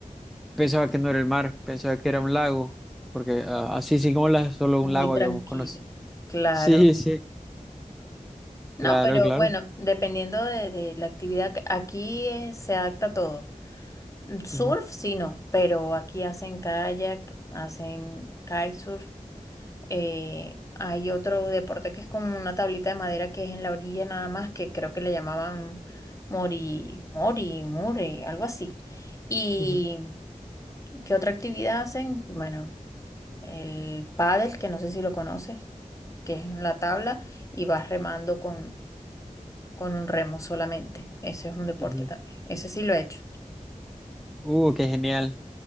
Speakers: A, in the centre; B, on the left (about 25°).
A: pensaba que no era el mar, pensaba que era un lago, porque ah, así sin olas, solo
B: muy
A: un lago
B: tranquilo,
A: habíamos conocido.
B: claro.
A: Sí, sí,
B: No,
A: claro,
B: pero
A: claro.
B: bueno, dependiendo de, de la actividad, que- aquí eh, se adapta a todo. Mm, Surf,
A: Ujú,
B: sí, no, pero aquí hacen kayak, hacen kitesurf. eh, hay otro deporte que es como una tablita de madera que es en la orilla nada más, que creo que le llamaban mori, mori, muri, algo así. ¿Y
A: ujú,
B: qué otra actividad hacen? Bueno, el pádel, que no sé si lo conoces. que es en la tabla, y vas remando con, con un remo solamente. Eso es un deporte
A: ujú.
B: también. Ese sí lo he hecho.
A: Uh, qué genial.